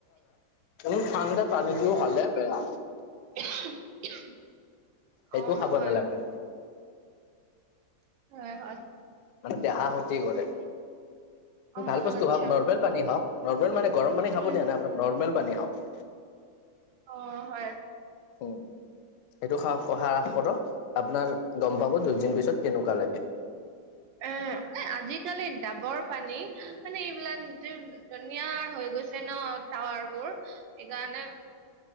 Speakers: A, on the left (about 70°); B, on the right (about 75°).
A: উ ঠাণ্ডা পানীটোও খালে বেয়া
B: <unintelligible>
A: সেইটো
B: অ
A: খাব
B: হয়
A: নালাগে
B: হয় হয়
A: মানে দেহা ক্ষতি কৰে
B: অ
A: ভাল বস্তু
B: আচ্ছা
A: খাওক নৰ্মেল পানী খাওক নৰ্মেল মানে গৰম পানী
B: উম
A: খাব দিয়া
B: উম।
A: নাই আপোনাক নৰ্মেল পানী খাওক
B: অ হয়
A: উ সেইটো হাহাস কৰক আপোনাৰ গম পাব দুদিন পিছত কেনেকুৱা লাগে
B: এ এ আজিকালি ডাবৰ পানী মানে এইবিলাক যি ধনিয়াৰ হৈ গৈছে ন টাৱাৰ বোৰ সেইকাৰণে